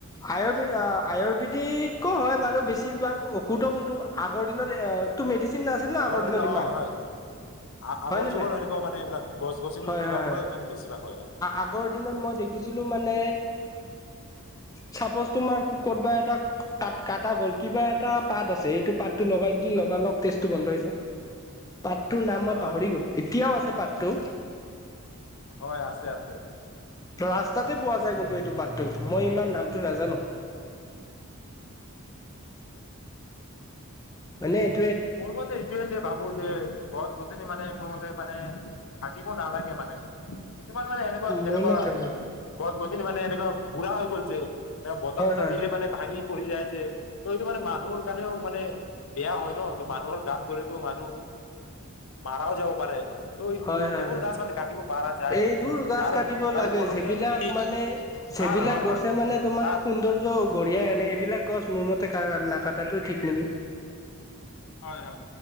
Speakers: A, on the left; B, on the left.
A: আয়ুৰ্বে অ আয়ুৰ্বেদিকো হয় বাৰু বেছিভাগ ঔষধো কোনটো আগৰ দিনত এইটো মেডিচিন। মেডিচিন নাছিল ন আগৰ দিনত
B: দিন
A: ইমান
B: অ হয় আ- আগৰ
A: হয়নে
B: যুগৰ
A: নাই
B: এনেকুৱা মানে এইবিলাক গছ গছনি
A: হয়
B: কিবা
A: হয়
B: পৰাই
A: হয়
B: মানে বেছিভাগ হয় হয়।
A: আগৰ দিনত মই দেখিছিলো মানে। চাপজ তোমাৰ ক'বা এটা কাট কটা গ'ল কিবা এটা পাত আছে এইটো পাতটো লগাই দি লগা লগ তেজটো বন্ধ হৈ যায়। পাতটোৰ নাম মই
B: হয়
A: পাহৰি গলো এতিয়াও আছে পাতটো।
B: হয় আছে আছে।
A: ৰাস্তাতে পোৱা যায় কিন্তু এইটো পাতটো। মই ইমান নামটো নাজানো।
B: হয়।
A: হয় নে।
B: মোৰ মতে এইটোৱে যে ভাবো যে গছ গছনি মানে মোৰ মতে মানে। কাটিব নালাগে মানে। কিছুমান মানে এনেকুৱা যেনেকুৱা
A: মোৰ মতে হয়
B: গছ গছনি মানে এনে। বুৰা হৈ গল যে। এ বতাহ চতাহ
A: হয়
B: দিলে মানে ভাঙি। পৰি যায় যে ত এইটো মানে মানুহৰ কাৰণেও মানে বেয়া হয় ন। মানুহৰ গাত পৰিতো মানুহ। মাৰাও যাব পাৰে। ত'
A: হয় হয়
B: এইবোৰ
A: হয়
B: গাছ মানে কাটিব পাৰা যায় আৰু
A: এইবোৰ গছ
B: তাৰ
A: কাটিব
B: তাৰ
A: লাগে
B: উপলক্ষে
A: যিবিলাক
B: তুমি
A: মানে যিবিলাক
B: তাৰ হয়
A: গছে
B: হয়
A: মানে তোমাৰ
B: তাত
A: সৌন্দৰ্য। কঢ়িয়াই আনে এইবিলাক গছ মোৰ মতে। নাকাটা টো ঠিক নেকি।
B: হয় হয়